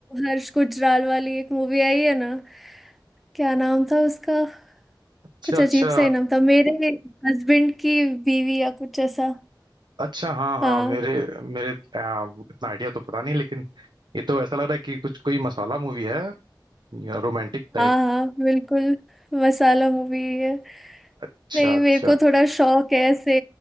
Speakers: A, in the centre; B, on the right.
A: हर्ष गुजराल वाली एक मूवी आई है ना क्या नाम था उसका
B: अच्छा
A: कुछ
B: अच्छा
A: अजीब सा ही नाम था मेरे हस्बैंड की बीवी या कुछ ऐसा
B: अच्छा हाँ हाँ
A: हाँ
B: मेरे मेरे आ, इतना आइडिया तो पता नहीं लेकिन ये तो ऐसा लग रहा है कि कुछ कोई मसाला मूवी है रोमांटिक टाइप
A: हाँ हाँ बिल्कुल मसाला मूवी है
B: अच्छा
A: नहीं
B: अच्छा
A: मेरे को थोड़ा शौक है ऐसे